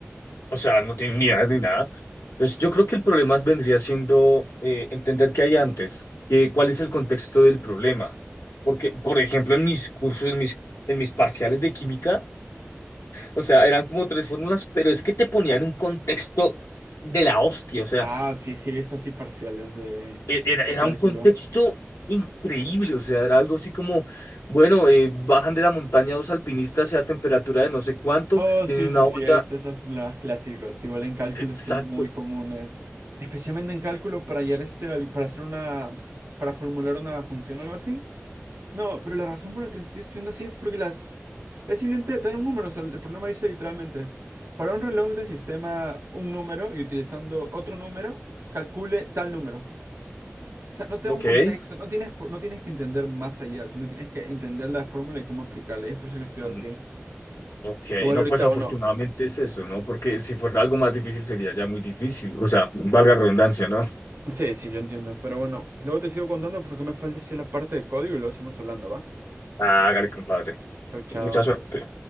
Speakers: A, on the left; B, on the right.
A: O sea, no tiene unidades ni nada. Entonces, yo creo que el problema vendría siendo eh, entender qué hay antes, eh, cuál es el contexto del problema. Porque, por ejemplo, en mis cursos, en mis, en mis parciales de química, o sea, eran como tres fórmulas, pero es que te ponían un contexto de la hostia, o sea,
B: Ah, sí, sí, he visto así parciales de,
A: e- era,
B: de
A: era
B: cálculo.
A: un contexto increíble, o sea, era algo así como, bueno, eh, bajan de la montaña dos alpinistas a temperatura de no sé cuánto,
B: Oh,
A: tienen
B: sí,
A: una
B: sí, sí,
A: olla,
B: he visto esos problemas clásicos. Igual en cálculo
A: exacto,
B: son muy comunes. Especialmente en cálculo para hallar este, val- para hacer una, para formular una función o algo así. No, pero la razón por la que lo estoy estudiando así es porque las, es simplemente tener un número. O sea, el problema dice literalmente, para un reloj de sistema un número y utilizando otro número, calcule tal número. O sea, no te
A: ok.
B: da un contexto, no tienes, por- no tienes que entender más allá, sino tienes que entender la fórmula y cómo aplicarla. Y es por eso que estoy
A: mm,
B: así.
A: Ok,
B: Igual
A: no,
B: ahorita,
A: pues afortunadamente
B: bueno.
A: es eso, ¿no? Porque si fuera algo más difícil sería ya muy difícil. O sea, valga la redundancia, ¿no?
B: Sí, sí, yo entiendo. Pero bueno, luego te sigo contando porque me falta decir la parte de código y luego seguimos hablando, ¿va?
A: Ah, hágale, compadre.
B: Chao, chao.
A: Mucha suerte.